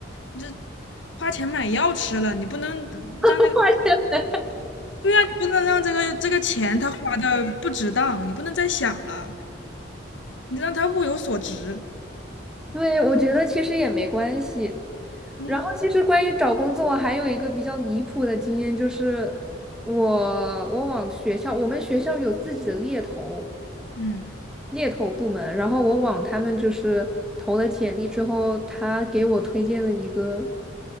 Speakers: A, on the left (about 70°); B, in the centre.
A: 你这花钱买药吃了，你不能让这个，
B: <laughs> 关系
A: 对呀、你不能让这个这个钱他花的不值当，你不能再想了，你得让他物有所值。
B: 对，我觉得其实也没关系。
A: 嗯
B: 然后，其实关于找工作，还有一个比较离谱的经验，就是我我往学校，我们学校有自己的猎头
A: 嗯。
B: 猎头部门，然后我往他们就是投了简历之后，他给我推荐了一个